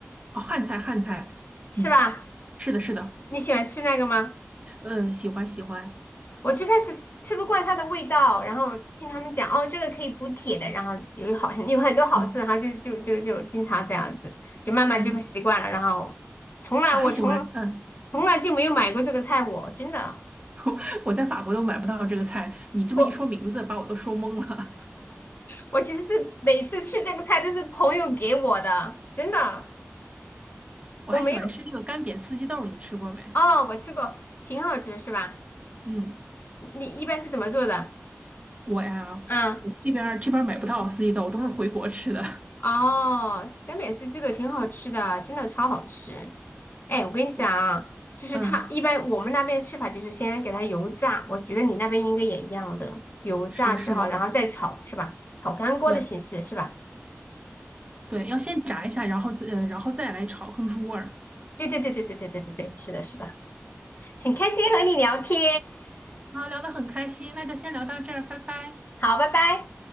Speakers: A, on the right; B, on the left.
A: 哦，汉菜汉菜，
B: 是吧？
A: 嗯，是的，是的，
B: 你喜欢吃那个吗？
A: 呃，喜欢喜欢，
B: 我最开始吃不惯它的味道，然后听他们讲，哦，这个可以补铁的，然后有好 <laughs> 有很多好处，
A: 嗯
B: 然后就就就就经常这样子，就慢慢就会习惯了，
A: 嗯，
B: 然后从来我从
A: 我还喜欢，嗯，
B: 从来就没有买过这个菜，我真的，
A: <laughs> 我在法国都买不到这个菜，你这么一说名字，
B: 我
A: 把我都说懵了。
B: 我其实是每次吃这个菜都是朋友给我的，真的，
A: 我还喜欢吃那个干煸四季豆，
B: 我没有，
A: 你吃过没？
B: 哦，我吃过，挺好吃是吧？
A: 嗯，
B: 你一般是怎么做的？
A: 我呀，
B: 嗯
A: 我这边儿这边儿买不到四季豆，都是回国吃的。
B: 哦，南美式这个挺好吃的，真的超好吃。哎，我跟你讲啊，
A: <laughs> 我
B: 就是它一般我们那边吃法就是先给它油炸，
A: 嗯，
B: 我觉得你那边应该也一样的，油炸之后然后再炒是吧？
A: 是的，是的，
B: 炒干锅的形式是吧？
A: 对对，要先炸一下，然后自呃，然后再来炒，更入味儿。
B: 对对对对对对对对对，是的，是的，很开心和你聊天，
A: 好，聊得很开心，那就先聊到这儿，拜拜。
B: 好，拜拜。